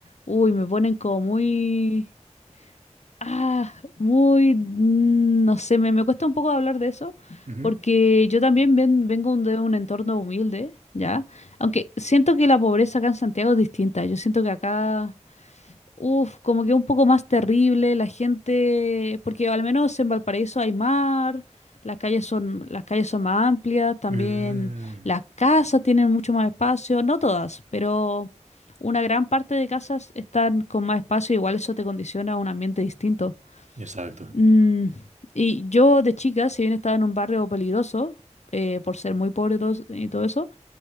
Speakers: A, on the left; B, on the right.
A: uy, me ponen como muy, ah, muy, mm, no sé, me, me cuesta un poco hablar de eso,
B: Ujú.
A: porque yo también ven- vengo un- de un entorno humilde, ¿ya? Aunque siento que la pobreza acá en Santiago es distinta, yo siento que acá... Uf, como que un poco más terrible, la gente, porque al menos en Valparaíso hay mar, las calles son, las calles son más amplias, también
B: Mm,
A: las casas tienen mucho más espacio, no todas, pero una gran parte de casas están con más espacio, igual eso te condiciona a un ambiente distinto.
B: exacto.
A: Mm, y yo de chica, si bien estaba en un barrio peligroso, eh, por ser muy pobre y todo, es- y todo eso,